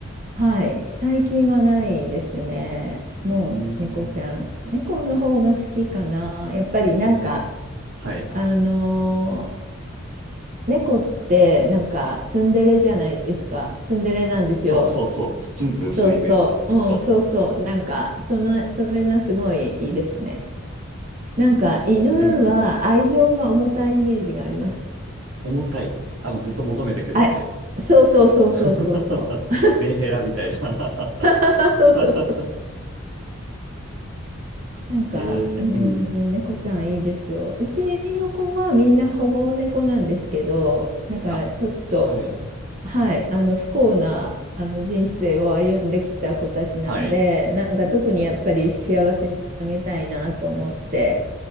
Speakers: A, on the right; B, on the right.
A: はい、最近はないですね。もう猫ちゃん。
B: うーん。
A: 猫の方が好きかな。やっぱりなんか、
B: ええはい。
A: あのー猫ってなんかツンデレじゃないですか。ツンデレなんですよ。
B: そうそうそう。ツンツンしてるイメージ。
A: そうそう。
B: ずっと。
A: うん、そうそう。なんか、その、それがすごいいいですね。
B: うーん。
A: なんか、犬は愛情が重たいイメージがあります。
B: うん。重たい。あの、ずっと求めてくるみたいな。
A: あ、そうそうそうそうそうそう。
B: <laughs> メンヘラみたいな
A: <laughs> そうそうそうそう。
B: <laughs>
A: なんか、
B: ええうん。
A: うーん、猫ちゃんいいですよ。うちの子はみんな保護猫なんですけど、だからちょっと、
B: あ、はい。
A: はい、あの不幸なあの人生を歩んできた子たちなんで、
B: はい。
A: なんか特にやっぱり幸せにあげたいなと思って、
B: うん。